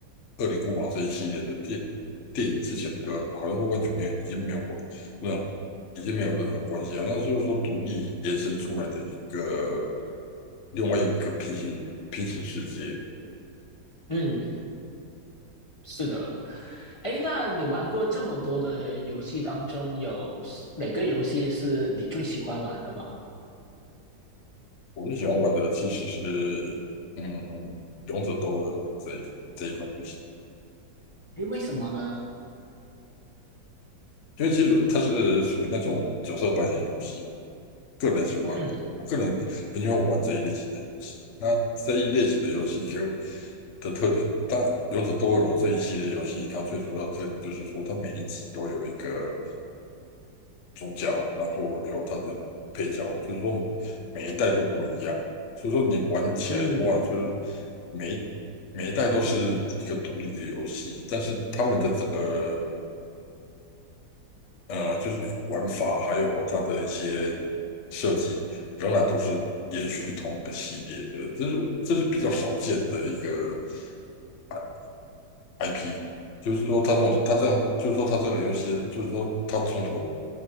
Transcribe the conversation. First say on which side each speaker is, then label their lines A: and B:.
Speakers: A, on the left; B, on the left.
A: 《恶灵古堡》这一系列的电电影之前的，好像都完全没有，已经没有过任何已经没有任何关系了。那就是说独立延伸出来的一个另外一个平行平行世界。
B: 嗯，是的。哎，那你玩过这么多的游戏当中，有哪个游戏是你最喜欢玩的吗？
A: 我最喜欢玩的其实是嗯《勇者斗恶龙》这一这一款游戏，
B: 哎，为什么呢？
A: 因为其实它是属于那种角色扮演游戏。个人喜欢，
B: 嗯
A: 我个人很喜欢玩这一类型的游戏。那这一类型的游戏就的特点，但有者斗恶龙这一系列游戏，它最主要的特点就是说，它每一集都有一个主角，然后有它的配角，所以说每一代都不一样。所以说你玩起来的话，
B: 嗯
A: 就是每一每一代都是一个独立的游戏，但是他们的整个呃，就是玩法还有它的一些设计，仍然都是延续同一个系列的，这是这是比较少见的一个 I- IP。就是说，它这种它这样，就是说它这个游戏，就是说它从头